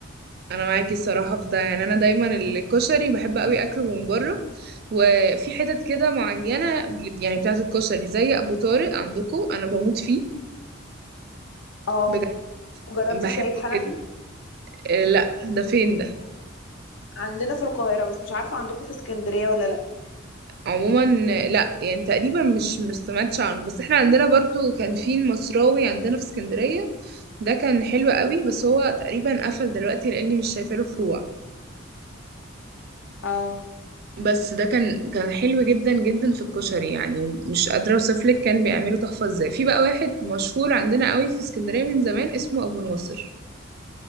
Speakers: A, on the right; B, on the left.
A: انا معاكي الصراحه في ده يعني انا دايما الكشري بحب قوي اكله من بره وفي حتت كده معينه يعني بتاعه الكشري زي ابو طارق عندكم انا بموت فيه
B: اه
A: بجد
B: وجربتي
A: بحبه
B: سيد حنفي
A: جدا آه، لا ده فين ده
B: عندنا في القاهره بس مش عارفه عندكم في اسكندريه ولا لا
A: عموما آه، لا يعني تقريبا مش مش سمعتش عنه بس احنا عندنا برضو كان في المصراوي عندنا في اسكندرية ده كان حلو قوي بس هو تقريبا قفل دلوقتي لاني مش شايفه له فروع
B: اه
A: بس ده كان كان حلو جدا جدا في الكشري يعني مش قادره اوصف لك كان بيعملوا تحفه ازاي في بقى واحد مشهور عندنا قوي في اسكندريه من زمان اسمه ابو ناصر